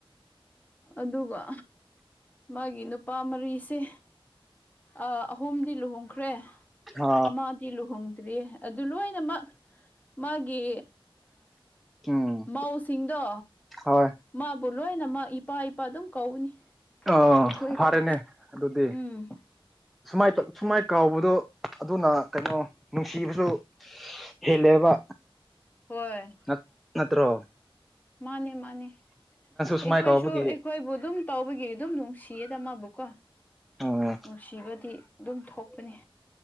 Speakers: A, on the left; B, in the centre.
A: ꯑꯗꯨꯒ ꯃꯥꯒꯤ ꯅꯨꯄꯥ ꯃꯔꯤꯁꯦ ꯑ ꯑꯍꯨꯝꯗꯤ ꯂꯨꯍꯣꯡꯈ꯭ꯔꯦ
B: ꯑ
A: ꯑꯃ ꯁꯤ ꯂꯨꯍꯣꯡꯗ꯭ꯔꯤ ꯑꯗꯨ ꯂꯣꯏꯅꯃꯛ ꯃꯥꯒꯤ
B: ꯎꯝ
A: ꯃꯧꯁꯤꯡꯗꯣ
B: ꯍꯣꯏ
A: ꯃꯥꯕꯨ ꯂꯣꯏꯅ ꯃꯥ ꯏꯄꯥ ꯏꯄꯥ ꯑꯗꯨꯝ ꯀꯧꯅꯤ
B: ꯑꯥ
A: ꯑꯩꯈꯣꯏꯒ
B: ꯐꯔꯦꯅꯦ ꯑꯗꯨꯗꯤ
A: ꯎꯝ
B: ꯁꯨꯃꯥꯏ ꯁꯨꯃꯥꯏ
A: ꯐꯩ
B: ꯀꯥꯎꯕꯗꯣ ꯑꯗꯨꯅ ꯀꯩꯅꯣ ꯅꯨꯡꯁꯤꯕꯁꯨ ꯍꯦꯜꯂꯦꯕ
A: ꯍꯣꯏ
B: ꯅ ꯅꯠꯇꯣ
A: ꯃꯥꯅꯤ ꯃꯥꯅꯤ ꯑꯩꯈꯣꯏꯁꯨ
B: ꯁꯨꯃꯥꯏ ꯀꯧꯕꯒꯤ
A: ꯑꯩꯈꯣꯏꯕꯨ ꯑꯗꯨꯝ ꯇꯧꯕꯒꯤ ꯑꯗꯨꯝ ꯅꯨꯡꯁꯤꯌꯦꯗ ꯃꯥꯕꯨꯀꯣ
B: ꯎꯝ
A: ꯅꯨꯡꯁꯤꯕꯗꯤ ꯑꯗꯨꯝ ꯊꯣꯛꯄꯅꯤ